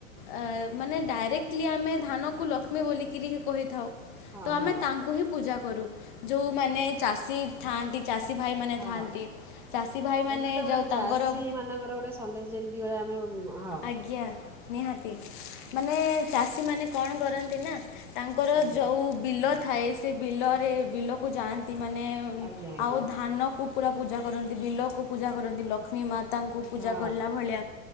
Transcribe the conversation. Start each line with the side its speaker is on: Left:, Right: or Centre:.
Left: ଆ ମାନେ ଡାଇରେକ୍ଟଲି ଆମେ ଧାନ। କୁ ଲକ୍ଷ୍ମୀ ବୋଲିକିରି ହି କହିଥାଉ
Centre: ହଁ
Left: ତ ଆମେ
Centre: ହଁ
Left: ତା ଙ୍କୁ ହିଁ ପୂଜାକରୁ ଯୋଉମାନେ ଚାଷୀ ଥାଆନ୍ତି ଚାଷୀ। ଭାଇମାନେ
Centre: ହଁ
Left: ଥାଆନ୍ତି ଚାଷୀ ଭାଇମାନେ
Centre: ଏଇଟା ତ ଗୋଟେ
Left: ଯୋଉ ତାଙ୍କର।
Centre: ଚାଷୀ ମାନଙ୍କର ଗୋଟେ ସନ୍ଦେଶ ଯେମିତି ଗଳେ ଆମେ <unintelligible>
Left: ଆଜ୍ଞା ନିହାତି ମାନେ ଚାଷୀମାନେ କଣ କରନ୍ତି ନା। ତାଙ୍କର
Centre: ଆଜ୍ଞା
Left: ଯଉ ବିଲ ଥାଏ ସେ ବିଲରେ ବିଲକୁ ଯାଆନ୍ତି ମାନେ।
Centre: ଆଜ୍ଞା ଆଜ୍ଞା
Left: ଆଉ ଧାନକୁ ପୁରା ପୂଜା କରନ୍ତି ବିଲକୁ ପୂଜା କରନ୍ତି ଲକ୍ଷ୍ମୀ ମା। ତାଙ୍କୁ ପୂଜା
Centre: ହଁ
Left: କଲାଭଳିଆ